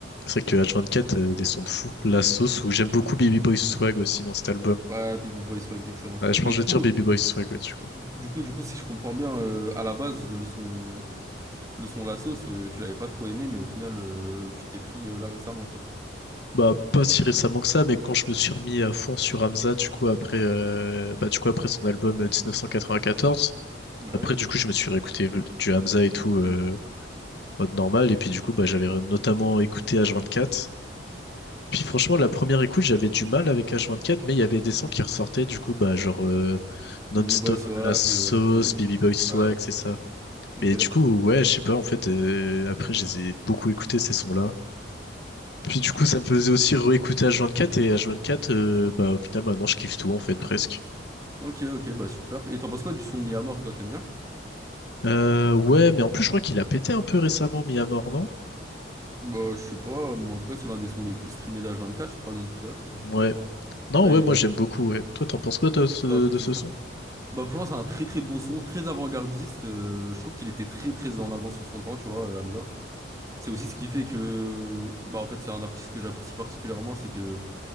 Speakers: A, on the left; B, on the right.
A: C'est vrai que H24, euh, des sons de fou. La sauce, où j'aime beaucoup Baby Boy Swag aussi dans cet album.
B: Ouais, Baby Boy Swag, excellent son.
A: Ouais, je
B: Mais
A: pense
B: du
A: que je vais
B: coup,
A: dire Baby Boy Swag, ouais, du coup.
B: du coup, du coup, si je comprends bien, euh, à la base, le son, le son La sauce, euh, tu l'avais pas trop aimé, mais au final, euh, tu te l'es pris euh, là récemment, quoi.
A: Bah, pas si récemment que ça, mais quand je me suis remis à fond sur Hamza, du coup, après, euh, bah, du coup, après son album euh, 1994,
B: Ouais.
A: après, du coup, je me suis réécouté du Hamza et tout, euh, mode normal, et puis, du coup, bah, j'avais notamment écouté H24. Puis, franchement, la première écoute, j'avais du mal avec H24, mais il y avait des sons qui ressortaient, du coup, bah, genre, euh, Non-Stop,
B: Baby Boy Swag,
A: La Sauce,
B: euh, la sauce.
A: Baby Boy Swag,
B: Ouais, ouais.
A: c'est ça.
B: Ok.
A: Et du coup, ouais, je sais pas, en fait, euh, après, je les ai beaucoup écoutés, ces sons-là. Puis du coup, ça me faisait aussi réécouter H24 et H24, euh, bah au final, maintenant je kiffe tout en fait, presque.
B: Ok, ok, bah super. Et t'en penses quoi du son mis à mort, toi, t'aimes bien?
A: Euh, ouais, mais en plus, je crois qu'il a pété un peu récemment, mis à mort, non?
B: Bah, je sais pas, mais en tout cas, c'est l'un des sons les plus streamés d'H24, je crois, donc ouais.
A: Ouais. Non,
B: Bah,
A: ouais,
B: il-
A: moi j'aime beaucoup. ouais. Toi, t'en penses quoi toi, de ce
B: ça a fait
A: de
B: ses
A: ce
B: stats.
A: son?
B: Bah, franchement, c'est un très très bon son, très avant-gardiste. euh, je trouve qu'il était très très en avance sur son temps, tu vois, euh, Hamza. C'est aussi ce qui fait que, bah, en fait, c'est un artiste que j'apprécie particulièrement, c'est que,